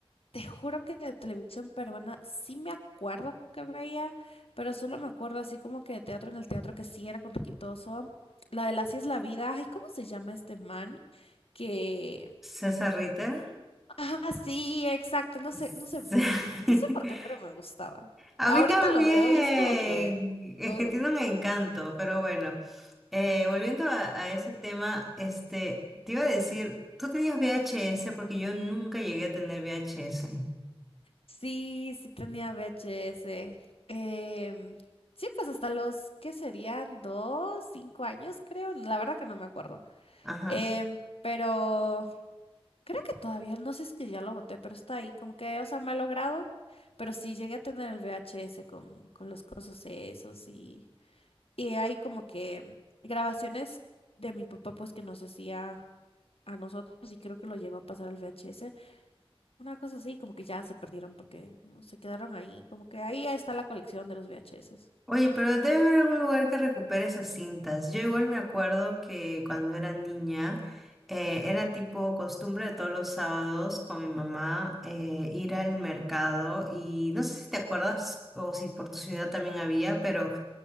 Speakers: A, on the left; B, in the centre.
A: Te juro que de televisión peruana sí me acuerdo que veía, pero solo me acuerdo así como que de teatro en el teatro que sí era con Riquitoso. La de Así es la vida. Ay, ¿cómo se llama este man? Que.
B: César Ritter.
A: Ah, sí, exacto. No
B: Sí.
A: sé, no sé, me-
B: <laughs>
A: no sé por qué, pero me gustaba.
B: A
A: Ahorita
B: mí también,
A: lo veo y es como que.
B: es
A: uh,
B: que tiene un encanto, pero bueno, eh, volviendo a, a ese tema, este, te iba a decir, tú tenías VHS porque yo nunca llegué a tener VHS.
A: sí, sí tenía VHS. Em, sí, pues hasta los, ¿qué serían? ¿Dos? ¿Cinco años? Creo. La verdad que no me acuerdo.
B: Ajá.
A: Em, pero. Creo que todavía, no sé si es que ya lo boté, pero está ahí, como que, o sea, me ha logrado, pero sí llegué a tener el VHS con, con los cosas esos y, y hay como que grabaciones de mi papá pues que nos hacía a nosotros y creo que lo llegó a pasar al VHS, una cosa así, como que ya se perdieron porque no se quedaron ahí, como que ahí está la colección de los VHS.
B: Oye, pero debe haber algún lugar que recupere esas cintas. Yo igual me acuerdo que cuando era niña, eh, era tipo costumbre de todos los sábados con mi mamá eh, ir al mercado y no sé si te acuerdas o si por tu ciudad también había, pero